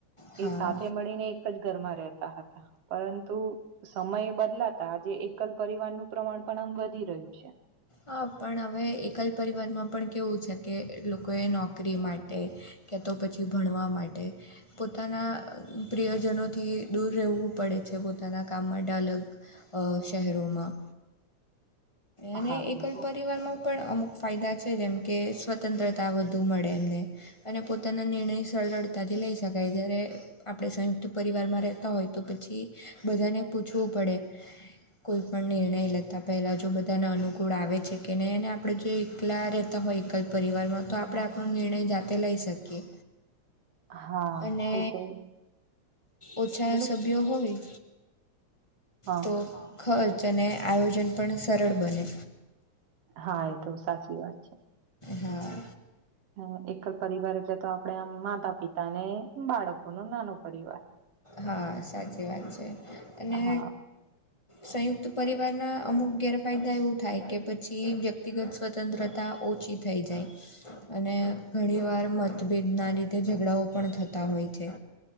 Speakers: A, on the left; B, on the right.
A: હા
B: એ સાથે મળીને એક જ ઘરમાં રહેતા હતા, પરંતુ સમય બદલાતા આજે એકલ પરિવાર નું પ્રમાણ પણ આમ વધી રહ્યું છે.
A: હા, પણ હવે એકલ પરિવારમાં પણ કેવું છે કે લોકોએ નોકરી માટે કે તો પછી ભણવા માટે પોતાના પ્રિયજનોથી દૂર રહેવું પડે છે, પોતાના કામ માટે અલગ અ શહેરોમાં અને
B: હા
A: એકલ
B: એ તો
A: પરિવારમાં પણ અમુક ફાયદા છે, જેમ કે સ્વતંત્રતા વધુ મળે એમને અને પોતાના નિર્ણય સરળતાથી લઈ શકાય જ્યારે આપણે સંયુક્ત પરિવારમાં રહેતા હોય તો પછી બધાને પૂછવું પડે. કોઈ પણ નિર્ણય લેતા પહેલા જો બધાને અનુકૂળ આવે છે કે નહીં અને આપણેે જો એકલા રહેતા હોય એક પરિવારમાં તો આપણે આપણો નિર્ણય જાતે લઈ શકીએ.
B: હા
A: અને
B: એ તો
A: ઓછા
B: બોલો
A: સભ્યો હોય
B: હા
A: તો ખર્ચ અને આયોજન પણ સરળ બને
B: હા, એ તો સાચી વાત છે.
A: હા,
B: હ એક જ પરિવાર એટલે તો આપડે આમ માતા પિતા ને બાળકો ન નાનો પરિવાર.
A: હા, સાચી વાત છે અને
B: હા
A: સંયુક્ત પરિવારના અમુક ગેરફાયદા એવું થાય કે પછી વ્યક્તિગત સ્વતંત્રતા ઓછી થઈ જાય અને ઘણીવાર મતભેદના રીતેે ઝઘડાઓ પણ થતા હોય છે,